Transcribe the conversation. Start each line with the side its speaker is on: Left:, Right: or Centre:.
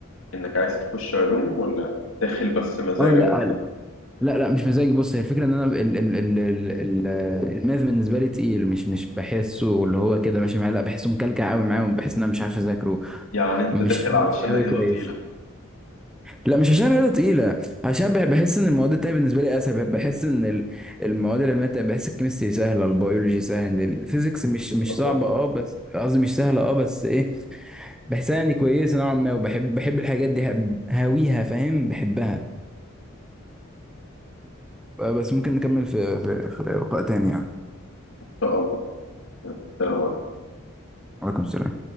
Left: انك عايز تخش علوم ولا داخل بس مزاجك
Centre: اه لا
Left: كده
Centre: لا لا مش مزاجي بص هي الفكرة ان انا ال ال ال ال ال- الماث بالنسبة لي تقيل مش مش بحسه اللي هو كده ماشي معايا لا بحسه مكلكع قوي معايا وبحس ان انا مش عارف اذاكره
Left: يعني انت
Centre: ومش
Left: داخل
Centre: فاهم
Left: علشان
Centre: فيه قوي
Left: رياضه
Centre: كويس
Left: تقيله
Centre: لا مش عشان رياضة تقيلة عشان بح- بحس ان المواد التانية بالنسبة لي اسهل بح- بحس ان ال- المواد العلمية التانية- بحس الكيمستري سهلة البيولوجي سهل الفيزيكس مش مش
Left: الله
Centre: صعبة
Left: ان
Centre: اه بس قصدي مش سهلة اه بس ايه بحسها يعني كويسة نوعا ما وبحب بحب الحاجات دي هب- هاويها فاهم بحبها آه، بس ممكن نكمل في في في لقاء تاني يعني
Left: شاء الله السلام عليكم
Centre: وعليكم السلام